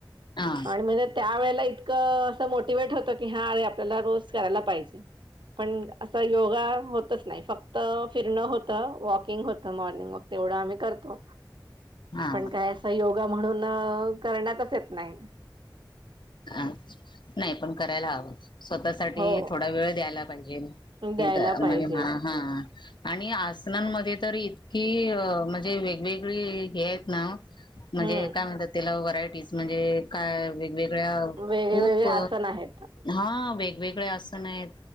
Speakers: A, on the left (about 70°); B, on the right (about 80°).
A: हा
B: आणि म्हणजे त्यावेेळेला इतकं असं मोटिवेट होतो की हा अरे आपल्याला रोज करायला पाहिजे पण असं योगा होतच नाही फक्त फिरणं होतं वॉकिंग होतं मॉर्निंग वॉक व आम् करतो
A: हा
B: पण का अस योगा म्हणून करण्यातच येत नाही
A: अ नाही पण करायला हवं स्वतः साठी
B: हो
A: थोडा वेळ द्यायला पाहिजे
B: द्यायला
A: हे का
B: पाहिजे
A: म्हणजे हा हा आणि आसनांमध्ये तर इ हि म्हणजे वेगवेगळी हे आहेत ना म्हणजे
B: हम्म.
A: काय म्हणतात त्याला वरायटी म्हणजे काय सगळ्या
B: वेगळे
A: खूप
B: वेगळे आसन आहेत
A: हा वेग वेगळे आसन आहेत